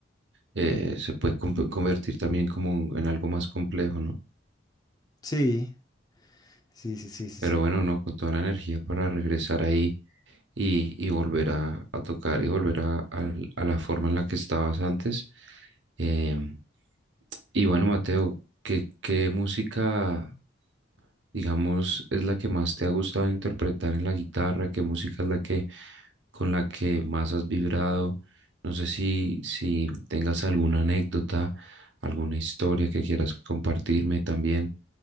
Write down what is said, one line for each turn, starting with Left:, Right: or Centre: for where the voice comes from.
Right: eh, se puede com- convertir también como un- en algo más complejo, ¿no?
Left: Sí, sí, sí, sí, sí,
Right: Pero
Left: sí,
Right: bueno, no, con toda la energía para regresar ahí y, y volver a, a tocar y volver a, al- a la forma en la que estabas antes. Em, y bueno, Mateo, ¿qué, qué música? digamos, es la que más te ha gustado interpretar en la guitarra? ¿Qué música es la que con la que más has vibrado? No sé si, si tengas alguna anécdota, alguna historia que quieras compartirme también